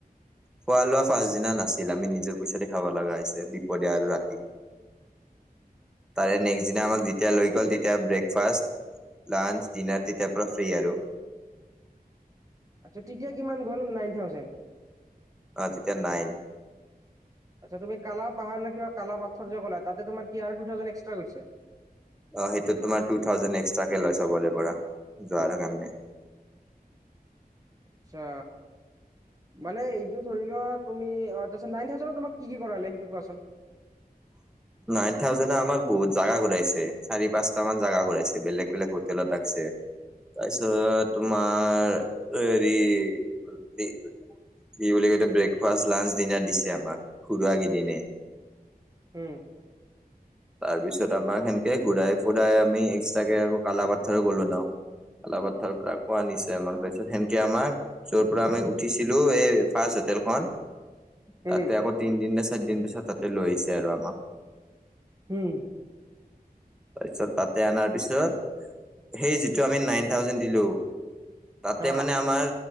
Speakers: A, in the centre; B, on the right (about 20°).
A: খোৱা লোৱা পাচদিনা ন আছে আমি নিজৰ পইচাতে খাব লগা হৈছে দুপৰীয়া আৰু ৰাতি তাৰে নেক্সট দিনা আমাক যেতিয়া লৈ গ'ল তেতিয়া ব্ৰেকফাষ্ট লাঞ্চ ডিনাৰ তেতিয়াৰ পৰা ফ্ৰী আৰু
B: আচ্ছা তেতিয়া কিমান গ'ল নাইন থাউজেণ্ড
A: অ তেতিয়া নাইন
B: আচ্ছা তুমি কালা পাহাৰলৈ কিবা কালা পথৰ যে কলা তাতে তোমাৰ কি টুথাউজেন এক্সাট্ৰা গৈছে
A: অ সেইটোত তোমাৰ টু থাউজেণ্ড এক্সট্ৰাকে লয় চবৰে পৰা যোৱাৰ কাৰণে
B: আচ্ছা মানে এইটো ধৰি লোৱা তুমি তাৰপিছত নাইন থাউজেণ্ড তোমাক কি কি কৰালে সেইটো কোৱাচোন
A: নাইন থাউজেণ্ডে আমাক বহুত জাগা ঘূৰাইছে চাৰি পাঁচটা মান জাগা ঘূৰাইছে বেলেগ বেলেগ হোটেলত ৰাখিছে তাৰ পিছত তোমাৰ হেৰি কি বুলি কয় এইটো ব্ৰেকফাষ্ট লাঞ্চ ডিনাৰ দিছে আমাক ঘুৰোৱা কেইদিনে
B: হম
A: তাৰপিছত আমাৰ সেনেকে ঘূৰাই ফুৰাই আমি এক্সট্ৰাকে কালপথাৰ গলো ন কলাপাৰথৰ পৰা কোৱা আনিছে আমাক তাৰপিছত সেনকে আমাক যৰ পৰা আমি উঠিছিলো এই ফাৰ্ষ্ট হোটেলখন তাতে
B: উম
A: আকৌ তিন দিন বা চাৰি দিন পিছত তাতে লৈ আহিছে আৰু আমাক
B: হম
A: তাৰপিছত তাতে অনাৰ পিছত সেই যিটো আমি নাইন থাউজেন দিলো তাতে
B: হা
A: মানে আমাৰ